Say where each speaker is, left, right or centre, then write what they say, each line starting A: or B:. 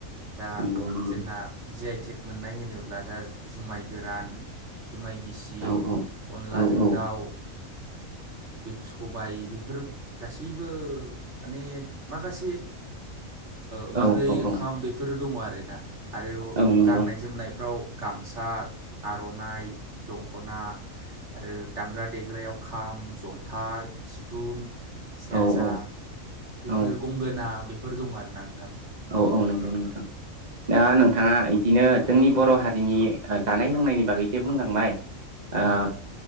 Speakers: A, on the right; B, on the right.
A: दा
B: नंगौ नंगौ
A: जोंहा जि आइ टेक मोननाय होनोब्ला दा जुमाय गोरान जुमाय गिसि
B: औ
A: अनलाजों
B: औ औ
A: दाउ बे सबाय बेफोर गासैबो माने माखासे ओंख्रै,
B: औ औ
A: ओंखाम बेफोरो दङ आरो बे दा आरो
B: औ नंगौ
A: गाननाय -जोमनायफ्राव गामसा, आर'नाइ, दख'ना आरो दामग्रा -देग्रायाव खाम, जथा, सिफुं सेरजा
B: औ औ
A: बेफोर
B: औ
A: गंगोना बे बेफोर दङ आरो ना नोंथां।
B: औ औ नंगौ नंगौ नोंथां। दा नोंथाङा इदिनो
A: औ
B: जोंनि बर' हारिनि जानाय -लोंनायनि बागै जे बुंलांबाय ओ
A: औ।